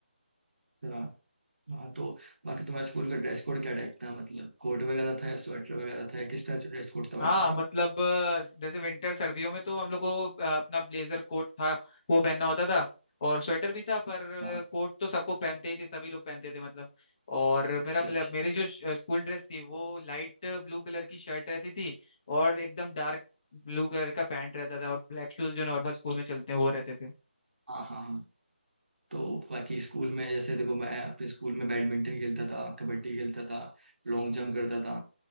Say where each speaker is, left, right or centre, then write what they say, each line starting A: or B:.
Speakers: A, on the right; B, on the left.
A: था हाँ तो बाकी तुम्हारे स्कूल का ड्रेस कोड क्या टाइप था मतलब कोट वगैरह था या स्वेटर वगैरह था या किस टाइप से ड्रेस कोड था भाई
B: हाँ
A: तुम्हारा
B: मतलब अ, जैसे विंटर सर्दियों में तो हम लोग को अ, अपना ब्लेजर कोट था वो पहनना होता था और स्वेटर भी था पर अ,
A: हाँ
B: कोट तो सबको पहनते ही थे सभी लोग पहनते थे मतलब और
A: अच्छा
B: मेरा मतलब
A: अच्छा
B: मेरी जो श- स्कूल ड्रेस थी वो लाइट ब्लू कलर की शर्ट रहती थी और एकदम डार्क ब्लू कलर का पैंट रहता था और ब्लैक शूज जो नॉर्मल स्कूल में चलते हैं वो रहते थे
A: हाँ हाँ हाँ तो बाकी स्कूल में जैसे देखो मैं अपने स्कूल में बैडमिंटन खेलता था कबड्डी खेलता था लॉन्ग जंप करता था